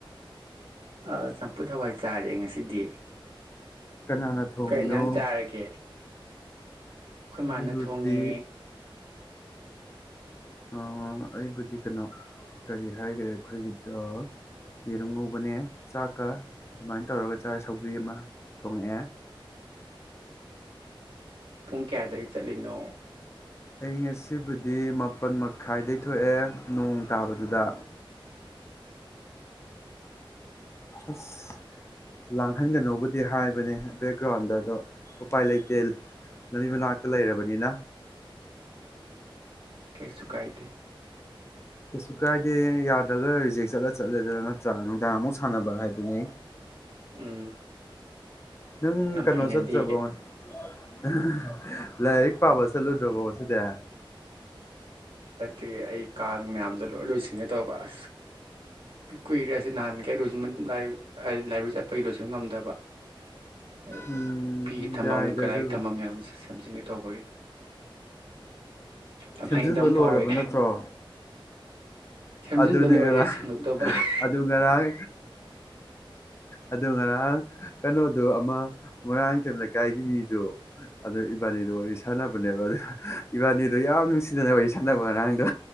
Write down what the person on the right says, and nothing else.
ꯑ ꯆꯝꯐꯨꯠ ꯍꯋꯥꯏ ꯆꯥꯔꯦ ꯉꯁꯤꯗꯤ
ꯀꯩꯏꯟꯖꯥꯡ ꯆꯥꯔꯒꯦ ꯈꯣꯏ
ꯃꯥꯅ ꯊꯣꯡꯉꯦ
ꯄꯨꯡ ꯀꯌꯥꯗꯒꯤ ꯆꯠꯂꯤꯅꯣ
ꯀꯩꯁꯨ ꯀꯥꯏꯗꯦ
ꯎꯝ
ꯌꯥꯝ
ꯍꯩꯅꯗꯤꯌꯦ
ꯁꯤ ꯑꯩ ꯀꯥꯡ ꯃꯌꯥꯝꯗꯣ ꯂꯣꯏ ꯂꯣꯏꯁꯤꯟꯒꯦ ꯇꯧꯕ ꯑꯁ ꯀꯨꯏꯔꯦ ꯑꯁꯤ ꯅꯍꯥꯟꯈꯩ ꯂꯣꯏꯁꯤꯟꯕ <unintelligible> ꯂꯥꯏꯕ꯭ꯔꯔꯤ ꯆꯠꯄꯒꯤ ꯂꫭꯏꯁꯤꯟꯕ ꯉꯝꯗꯕ ꯑꯗ
ꯐꯤꯒꯤ ꯊꯝꯐꯝ
ꯀꯔꯥꯏꯒꯤ
ꯊꯝꯐꯝ ꯃꯌꯥꯝꯁꯤ ꯁꯦꯝꯖꯤꯟꯒ ꯇꯧꯕꯒꯤ ꯌꯥꯝ
ꯍꯩꯅꯗꯕ ꯑꯃ
ꯐꯥꯎꯋꯦ
ꯁꯦꯝꯖꯤꯟꯕ
ꯂꯣꯏꯔꯦ
ꯁꯦꯡꯗꯣꯛꯇꯧꯕ ꯂꯩ